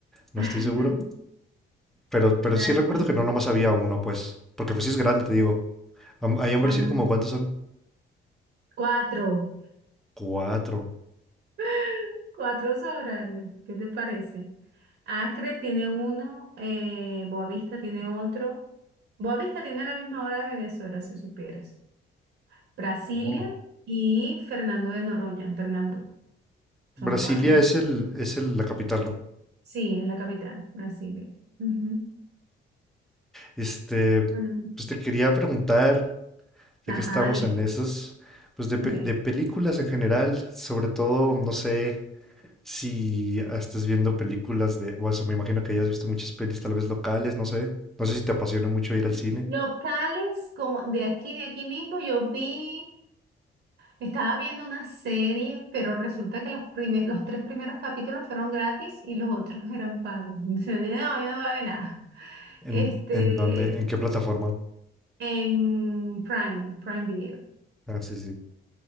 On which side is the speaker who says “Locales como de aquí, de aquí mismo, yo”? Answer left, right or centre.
Right